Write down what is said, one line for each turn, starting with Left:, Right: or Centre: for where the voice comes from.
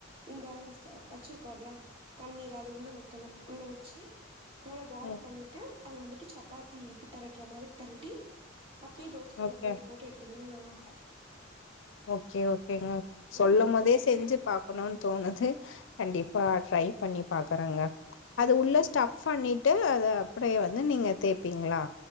Right: இந்த வெச்சுருக்கோல பன்னீர் அது உள்ள வெக்கணும் உள்ள வெச்சு நல்லா பாயில்
Left: ம்
Right: பண்ணிட்டு அது வந்துட்டு சப்பாத்திக்கு தெரட்டுற மாதிரி. தெரட்டி. அப்டியே தோச கல்லுல
Left: ஓகே
Right: போட்டு போட்டு எடுத்தீங்கன்னா நல். நல்லாருக்கு.
Left: ஓகே ஓகேங்க சொல்லும்போதே
Right: நெய் போட்டீங்கன்னா
Left: செஞ்சு பாக்கணோம்னு தோணுது கண்டிப்பா ட்ரை பண்ணி. பாக்குறேங்க அது உள்ள
Right: ம்
Left: ஸ்டஃப் பண்ணிட். ட்டு அத அப்டியே வந்து நீங்க தேய்பீங்களா.